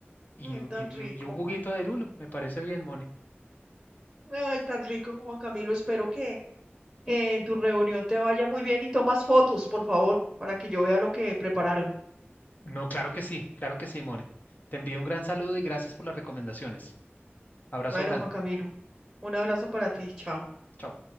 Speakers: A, on the left; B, in the centre.
A: y,
B: Mm,
A: u-
B: tan
A: y
B: rico.
A: y un juguito de lulo. Me parece bien, Moni.
B: Ay, tan rico, Juan Camilo. Espero que, que en tu reunión te vaya muy bien y tomas fotos, por favor, para que yo vea lo que prepararon.
A: No, claro que sí, claro que sí, Moni. Te envío un gran saludo y gracias por las recomendaciones. Abrazo
B: Bueno,
A: grande.
B: Juan Camilo, un abrazo para ti. Chao.
A: Chao.